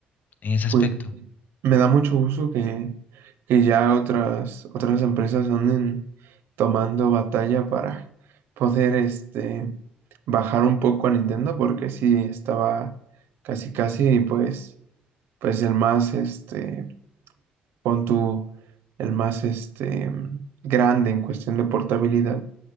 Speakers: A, on the left; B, on the right.
A: en ese
B: pues
A: aspecto.
B: Me da mucho gusto que, que ya otras, otras empresas anden tomando batalla para poder este, bajar un poco a Nintendo, porque sí estaba casi casi, pues, pues el más, este, pon tú, el más este, grande en cuestión de portabilidad,